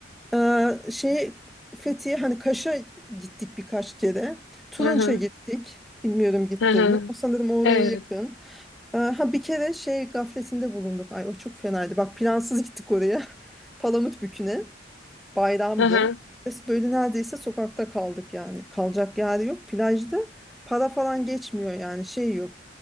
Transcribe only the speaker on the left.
Hı hı,
hı hı.
Evet.
Hı hı.